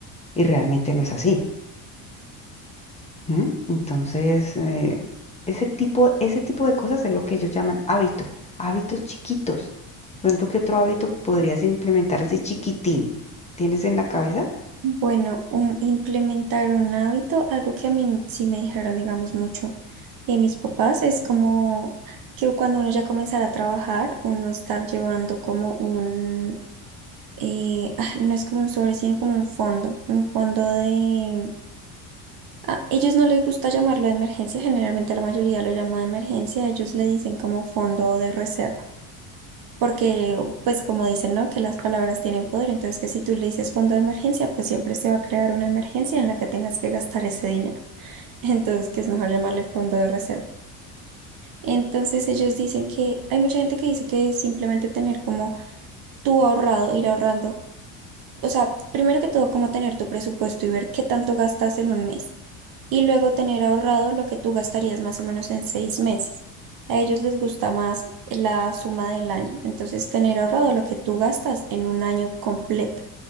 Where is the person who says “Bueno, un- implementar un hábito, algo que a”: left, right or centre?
Right